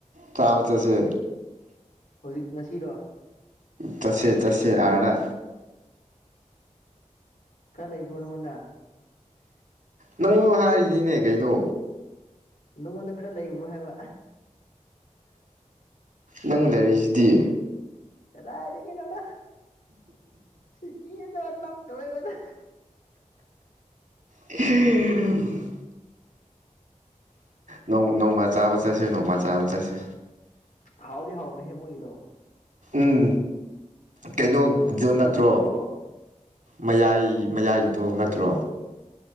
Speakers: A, on the right; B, on the left.
A: ꯆꯥꯕ ꯆꯠꯁꯦ
B: ꯍꯧꯖꯤꯛ ꯉꯁꯤꯔꯣ
A: ꯇꯁ ꯇꯁ ꯑꯔ
B: ꯀ ꯂꯩꯕꯅꯉꯣꯟꯗ
A: ꯅꯪ ꯍꯥꯏꯔꯤꯅꯤꯅꯦ ꯀꯩꯅꯣ
B: ꯅꯉꯣꯟꯗ ꯈꯔ ꯂꯩꯕ꯭ꯔꯣ ꯍꯥꯏꯕ
A: ꯅꯪ ꯂꯩꯔꯤꯁꯤꯗꯤ
B: ꯄꯗꯥ ꯂꯩ ꯀꯅꯣꯅ ꯁꯤꯀꯤꯗ ꯇꯃꯦ ꯀꯗ
A: ꯎꯝ ꯅꯣꯡꯃ ꯆꯥꯕ ꯆꯠꯁꯦ ꯅꯣꯡꯃ ꯆꯥꯕ ꯆꯠꯁꯦ
B: ꯍꯥꯎꯗꯤ ꯍꯥꯎꯕꯅꯤꯍꯦ ꯃꯣꯏꯒꯤꯗꯣ
A: ꯎꯝ ꯀꯩꯅꯣꯗꯣ
B: ꯃꯇꯨꯝ ꯃꯇꯨꯝ
A: ꯅꯠꯇ꯭ꯔꯣ
B: ꯇꯧꯔꯒꯀꯣ
A: ꯃꯌꯥꯏ ꯃꯌꯥꯏꯒꯤꯗꯣ ꯅꯠꯇ꯭ꯔꯣ